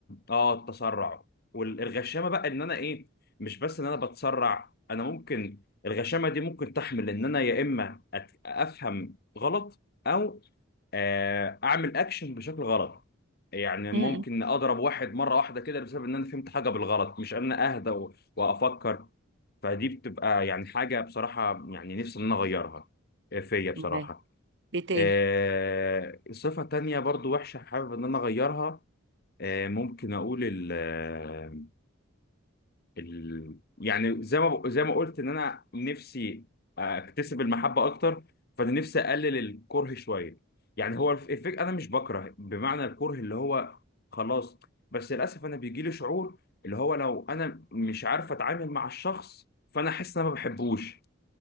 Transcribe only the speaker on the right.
امم
معايا ايه تاني